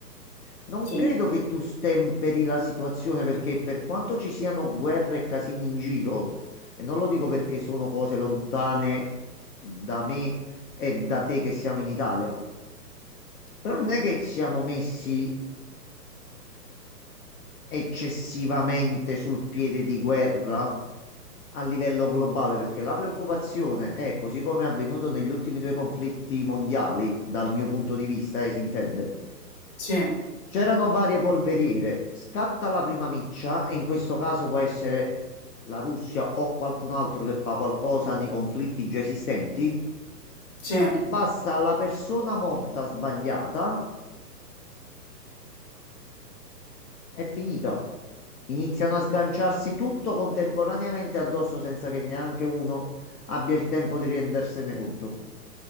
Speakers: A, on the left; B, on the left.
A: Non
B: Sì,
A: credo che tu stemperi la situazione perché per quanto ci siano guerre e casini in giro, e non lo dico perché sono cose lontane da me e da te che siamo in Italia, però non è che siamo messi eccessivamente sul piede di guerra a livello globale, perché la preoccupazione è, così come è avvenuto negli ultimi due conflitti mondiali, dal mio punto di vista, eh, si intende.
B: sì,
A: C'erano varie polveriere, scatta la prima miccia e in questo caso può essere la Russia o qualcun altro che fa qualcosa nei conflitti già esistenti.
B: sì.
A: Basta la persona morta sbagliata È finita. Iniziano a sganciarsi tutto contemporaneamente addosso senza che neanche uno abbia il tempo di rendersene conto.